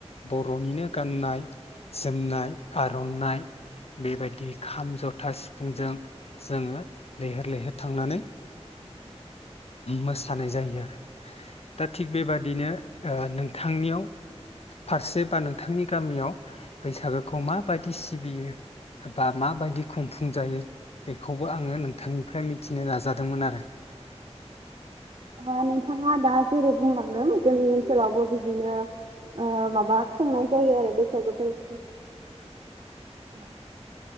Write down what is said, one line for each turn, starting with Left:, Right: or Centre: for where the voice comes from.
Left: बरनिनो गाननाय जोमनाय आरननाय बेबायदि खाम ज था सिफुंजों जोङो लैहोर लैहोर थांनानै
Right: उ <inaudible>
Left: मोसानाय जायो आरो दा थिग बेबादिनो ओ नोंथांनियाव फारसे बा नोंथांनि गामियाव बैसागोखौ माबायदि सिबियो बा माबायदि खुंफुं जायो बेखौबो आङो नोंथांनिफ्राय मिथि मिथिनो नाजादोंमोन आरो
Right: अ नोंथाङा दा जेरै बुंलांदों जोंनि ओनसोलावबो बिदिनो माबा खुंनाय जायो आरो बैसागु फोरबोखौ